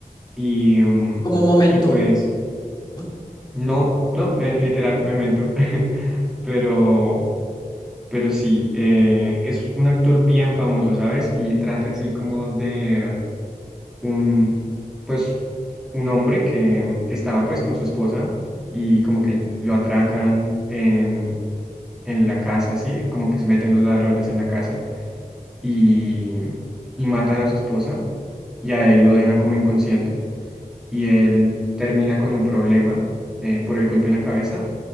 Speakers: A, in the centre; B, on the left (about 25°).
A: Y, em,
B: como momento,
A: y pues,
B: ¿no?
A: no, no, me- literal, Memento. <laughs> Pero, pero sí, eh, es un actor bien famoso, ¿sabes? Y trata así como de un, pues, un hombre que estaba pues con su esposa y como que lo atracan en, en la casa, ¿sí? Como que se meten los ladrones en la casa y, y matan a su esposa y a él lo dejan como inconsciente y él termina con un problema eh, por el golpe en la cabeza